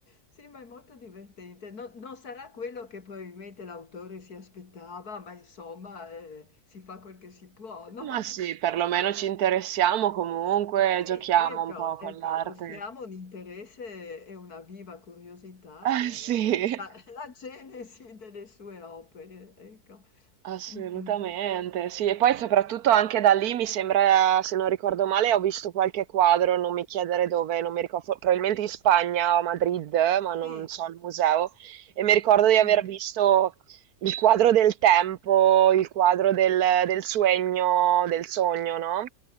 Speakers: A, on the left; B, on the right.
A: Sì, ma è molto divertente. No non sarà quello che probabilmente l'autore si aspettava, ma insomma, ehm, si fa quel che si può, no?
B: Ma sì, perlomeno ci interessiamo comunque,
A: Sì,
B: giochiamo
A: ecco,
B: un po' con
A: ecco,
B: l'arte.
A: mostriamo un interesse e una viva curiosità
B: <laughs>
A: per
B: Eh sì.
A: eh, la <laughs> la genesi delle sue opere, ecco.
B: Assolutamente,
A: Mh, mh, mh.
B: sì, e poi soprattutto anche da lì mi sembra, se non ricordo male, ho visto qualche quadro, non mi chiedere dove, non mi ricordo, for- probabilmente in Spagna o a Madrid, ma non
A: Sì,
B: so, al museo, e mi ricordo
A: mh.
B: di aver visto il quadro del tempo, il quadro del, del sogno, del sogno, no?